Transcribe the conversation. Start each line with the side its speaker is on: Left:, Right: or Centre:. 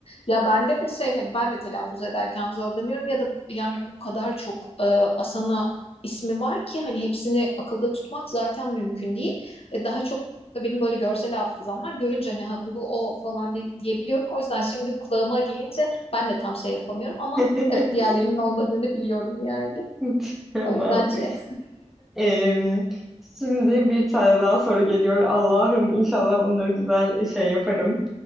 Left: Ya bende de şey hani ben de telaffuz ederken zorlanıyorum ya da yani o kadar çok e, Asana ismi var ki hani hepsini akılda tutmak zaten mümkün değil. E, daha çok da benim böyle görsel hafızam var. Görünce hani ha, bu o falan di- diyebiliyorum. O yüzden şimdi kulağıma gelince ben de tam şey yapamıyorum ama
Centre: <laughs>
Left: evet diğerlerinin olmadığını biliyorum yani.
Centre: <laughs> Tamam.
Left: O yüzden C.
Centre: Em, şimdi bir tane daha soru geliyor. Allah'ım inşallah bunları güzel e, şey yaparım.